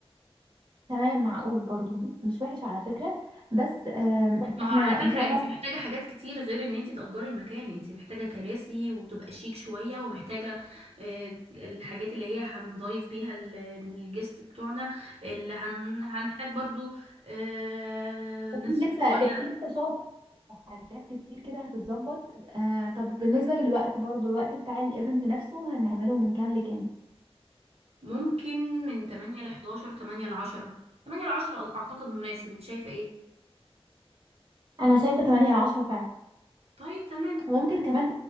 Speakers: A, on the right; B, on the right.
A: تمام معقول برضو مش وحش على فكرة بس آم،
B: ما
A: احنا
B: هو على فكرة
A: إن شاء الله
B: انت محتاجة حاجات كتير غير ان انت تأجري المكان انت محتاجة كراسي وتبقى شيك شوية ومحتاجة آه، الحاجات اللي هي هنضيف بيها ال- الجست بتوعنا اللي هن... هنحتاج برضو آه، نصرف
A: في لسه
B: شوية
A: في لسه شغل حاجات كتير كده هتتظبط آه طب بالنسبة للوقت برضو الوقت بتاع الايفنت نفسه هنعمله من كام لكام
B: ممكن من 8 ل 11 8 ل 10 8 ل 10 أعتقد مناسب انت شايفة ايه؟
A: انا شايفة 8 ل 10 فعلا
B: طيب تمام
A: وممكن كمان